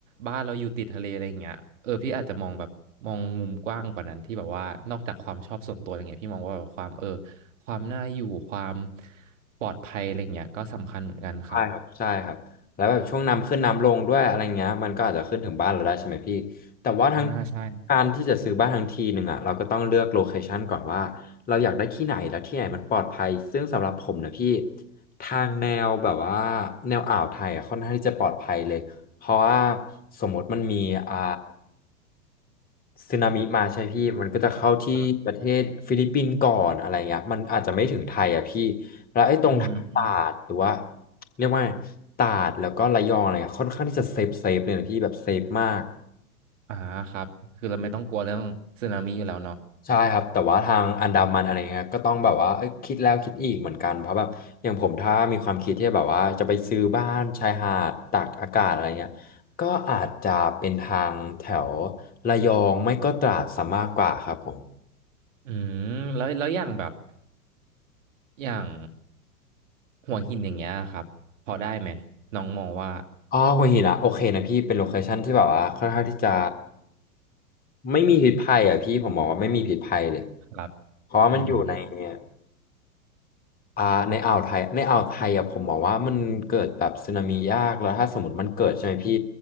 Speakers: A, on the right (about 55°); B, on the left (about 20°).
A: บ้านเราอยู่ติดทะเลอะไรเงี้ยเออพี่อาจจะมองแบบมองมุมกว้างกว่านั้นที่แบบว่านอกจากความชอบส่วนตัวอะไรเงี้ยพี่มองว่าแบบความเออความน่าอยู่ความปลอดภัยอะไรเงี้ยก็สำคัญเหมือนกันครับ
B: ใช่ครับใช่ครับแล้วแบบช่วงน้ำขึ้นน้ำลงด้วยอะไรเงี้ยมันก็อาจจะขึ้นถึงบ้านเราได้ใช่ไหมพี่แต่ว่าทั้ง
A: อ่าใช่
B: การที่จะซื้อบ้านทั้งทีหนึ่งอ่ะเราก็ต้องเลือกโลเคชันก่อนว่าเราอยากได้ที่ไหนแล้วที่ไหนมันปลอดภัยซึ่งสำหรับผมนะพี่ทางแนวแบบว่าแนวอ่าวไทยอ่ะค่อนข้างที่จะปลอดภัยเลยเพราะว่าสมมติมันมีอ่า สึนามิมาใช่พี่มันก็จะเข้าที่ประเทศฟิลิปปินส์ก่อนอะไรเงี้ยมันอาจจะไม่ถึงไทยอ่ะพี่
A: ครับ
B: แล้วไอ้ตรงทางตราดหรือว่า
A: อืม
B: เรียกว่าตราดแล้วก็ระยองอะไรเงี้ยค่อนข้างที่จะเซฟเซฟเลยนะพี่แบบเซฟมาก
A: อ่าครับคือเราไม่ต้องกลัวเรื่องสึนามิอยู่แล้วเนาะ
B: ใช่ครับแต่ว่าทางอันดามันอะไรเงี้ยก็ต้องแบบว่าเอ้ยคิดแล้วคิดอีกเหมือนกันเพราะแบบอย่างผมถ้ามีความคิดที่แบบว่าจะไปซื้อบ้านชายหาดตากอากาศอะไรเงี้ยก็อาจจะเป็นทางแถวระยองไม่ก็ตราดซะมากกว่าครับผม
A: อืมแล้วแล้วอย่างแบบอย่างหัวหินอย่างเงี้ยครับพอได้ไหม น้องมองว่า
B: อ๋อหัวหินอะโอเคนะพี่เป็นโลเคชั่นที่แบบว่าค่อนข้างที่จะไม่มีพิษภัยอ่ะพี่ผมบอกว่าไม่มีพิษภัยเลย
A: ครับ
B: เพราะว่ามันอยู่ในเนี่ย
A: อืม
B: อ่าในอ่าวไทยในอ่าวไทยอะผมบอกว่ามันเกิดแบบสึนามิยากแล้วถ้าสมมติมันเกิดใช่ไหมพี่